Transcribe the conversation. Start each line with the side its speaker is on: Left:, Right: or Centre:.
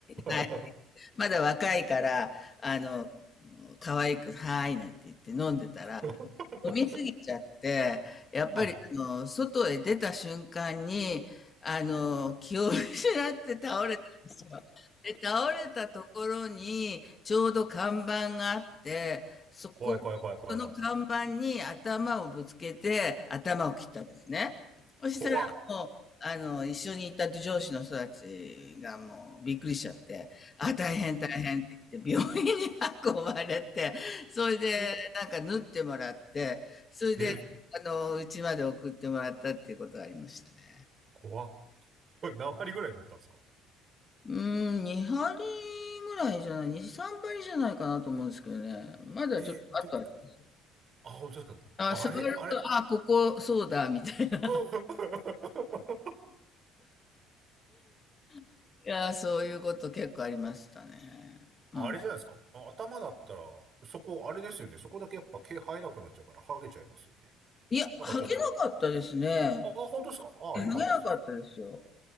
Left: はい
Right: い。
Left: まだ若いから、あの、可愛く、はーいなんて言って飲んでたら、
Right: <laughs> は
Left: 飲みすぎちゃって、
Right: い。
Left: やっぱり、
Right: <laughs> はい。
Left: あの、外へ出た瞬間に、あの、気を失って倒れで、倒れたところに、ちょうど看板があって、そこ、
Right: 怖い怖い怖い怖い怖い。
Left: その看板に頭をぶつけて、頭を切ったんですね。そしたらもう、
Right: 怖
Left: あの、一緒にいた上司の人たちがもうびっくりしちゃって、あ、大変大変って言って、病院に <laughs> 運ばれて、それで、
Right: っ。
Left: なんか縫ってもらって、それで、
Right: え、
Left: あの、うちまで送ってもらったっていうことがありましたね。
Right: 怖っ。これ何針ぐらい塗ったんですか
Left: うーん、2針ぐらいじゃない、2、3針じゃないかなと思うんですけどね。まだちょっとあとあります。
Right: え、でも、あ、本当ですか。
Left: あ、
Right: あれ、
Left: 触ると、
Right: あれ。
Left: あ、ここ、そうだ、みたいな。
Right: <laughs>
Left: <laughs> いやー、そういうこと結構ありましたね。うん。
Right: あれじゃないですか。あ頭だったら、そこ、あれですよね。そこだけやっぱ毛生えなくなっちゃうから、ハゲちゃいますよね。
Left: いや、
Right: なんかちょっと。
Left: 剥げなかったですね。
Right: あ、あ本当ですか。ああ、
Left: いや剥げなかったですよ。
Right: よかったっす。